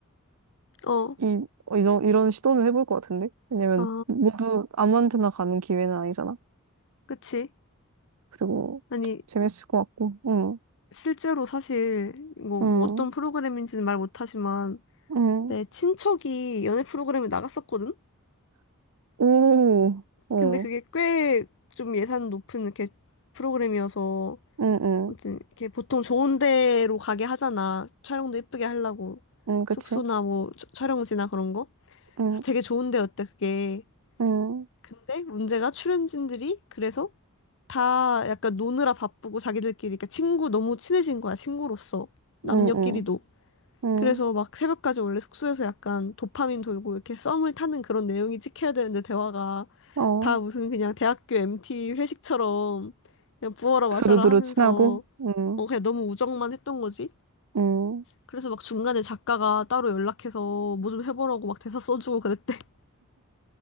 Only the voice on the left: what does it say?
어,
아,
그치.
아니,
실제로 사실, 뭐,
뭐 어떤 프로그램인지는 말 못하지만,
내 친척이 연애 프로그램에 나갔었거든?
근데 그게 꽤 좀 예산 높은 이렇게 프로그램이어서,
아무튼 이렇게 보통 좋은 데로 가게 하잖아. 촬영도 예쁘게 하려고.
숙소나 뭐 촬- 촬영지나 그런 거.
그래서 되게 좋은 데였대, 그게.
근데 문제가 출연진들이 그래서 다 약간 노느라 바쁘고 자기들끼리 그러니까 친구 너무 친해진 거야, 친구로서. 남녀끼리도.
그래서 막 새벽까지 원래 숙소에서 약간 도파민 돌고 이렇게 썸을 타는 그런 내용이 찍혀야 되는데 대화가
다 무슨 그냥 대학교 MT 회식처럼 그냥 부어라
마셔라 하면서
어 그냥 너무 우정만 했던 거지.
그래서 막 중간에 작가가 따로 연락해서 뭐 좀 해보라고 막 대사 써주고 그랬대. <laughs>